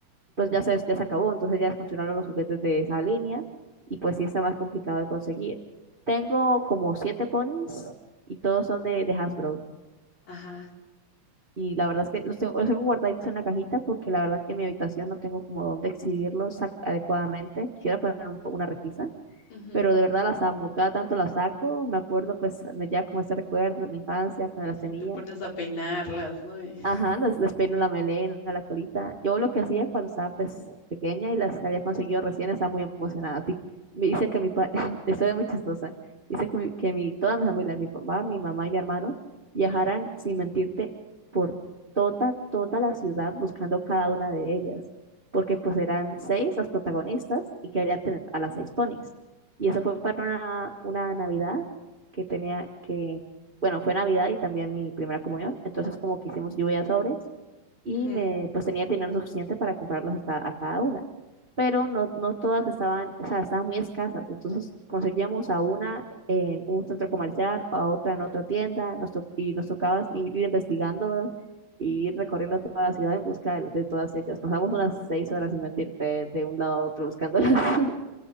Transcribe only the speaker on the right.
pues ya se, ya se acabó, entonces ya funcionaron los juguetes de esa línea y pues sí está más complicado de conseguir. Tengo como siete ponis y todos son de, de Hasbro.
Y la verdad es que los tengo, los tengo guardaditos en la cajita porque la verdad es que en mi habitación no tengo como dónde exhibirlos ac- adecuadamente. Quiero poner un- una repisa
pero de verdad las amo, cada tanto las saco, me acuerdo pues me lleva como ese recuerdo de la infancia, cuando las tenía,
Ajá, las, las peino la melena, la colita. Yo lo que hacía cuando estaba pues pequeña y las había conseguido recién, estaba muy emocionada. Ti- Me dice que mi papá, <laughs> esto es muy chistosa, dice que, mi, que mi, toda mi familia, mi papá, mi mamá y mi hermano, viajaran, sin mentirte, por toda, toda la ciudad buscando cada una de ellas, porque pues eran seis las protagonistas y quería tener a las seis ponis Y eso fue para una, una Navidad que tenía, que bueno, fue Navidad y también mi primera comunión, entonces como que hicimos lluvia de sobres y
me, pues tenía el dinero suficiente para comprarlas hasta a cada una, pero no, no todas estaban, o sea, estaban muy escasas, entonces conseguíamos a una en un centro comercial, a otra en otra tienda, nos to- y nos tocaba ir, ir investigando y ir recorriendo toda la ciudad en busca de, de todas ellas. Pasamos unas seis horas, sin mentirte, de un lado a otro buscándolas. <laughs>